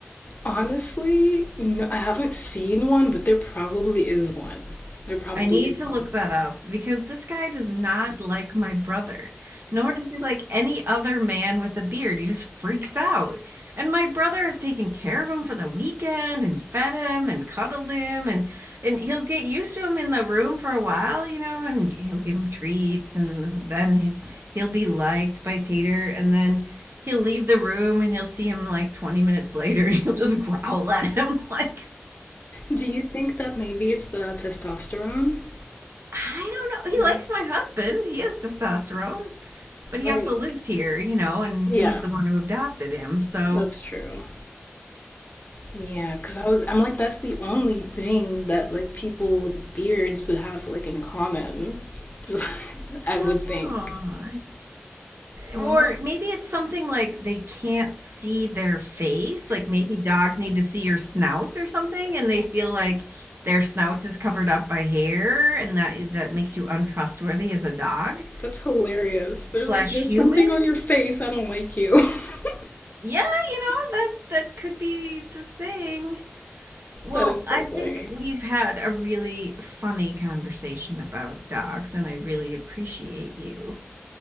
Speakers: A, on the left; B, on the right.
A: Honestly, no, I haven't seen one, but there probably is one. There probably
B: I need
A: is
B: to
A: one.
B: look that up because this guy does not like my brother, nor does he like any other man with a beard. He just freaks out. And my brother has taken care of him for the weekend and fed him and cuddled him and and he'll get used to him in the room for a while, you know, and he'll give him treats and then he- will be liked by Tater and then he'll leave the room and he'll see him like 20 minutes later <laughs> and he'll just growl at him <laughs> like
A: Do you think that maybe it's the testosterone?
B: I don't know. He
A: Like,
B: likes my husband. He has testosterone, but he
A: like,
B: also lives here, you know, and
A: yeah,
B: he's the one who adopted him. So
A: that's true. Yeah, because I was, I'm like, that's the only thing that like people with beards would have like in common. <laughs>
B: I
A: I would
B: don't
A: think.
B: know. I-
A: Well,
B: Or maybe it's something like they can't see their face. Like maybe dogs need to see your snout or something, and they feel like their snout is covered up by hair, and that that makes you untrustworthy as a dog
A: that's hilarious. They're
B: slash
A: like, there's
B: human.
A: something on your face. I don't like you. <laughs>
B: Yeah, you know, that that could be the thing. Well,
A: That is so
B: I
A: funny.
B: think we've had a really funny conversation about dogs, and I really appreciate you.